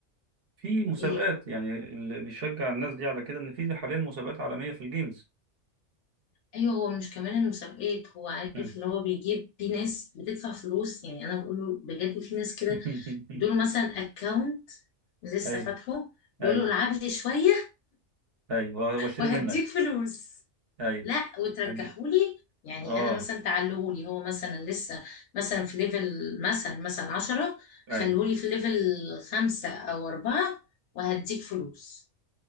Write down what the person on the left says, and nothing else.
إيه
ايوه هو مش كمان المسابقات هو عارف
ان هو بيجيب في ناس بتدفع فلوس يعني انا بقول له بجد في ناس كده
دول مثلا اكونت لسه
فاتحه بيقول
له العب لي شويه
وهديك
فلوس
لا وترجحولي
يعني
انا مثلا تعلهولي هو مثلا لسه مثلا في ليفل مثلا مثلا عشرة
خلولي في ليفل خمسة او اربعة وهديك فلوس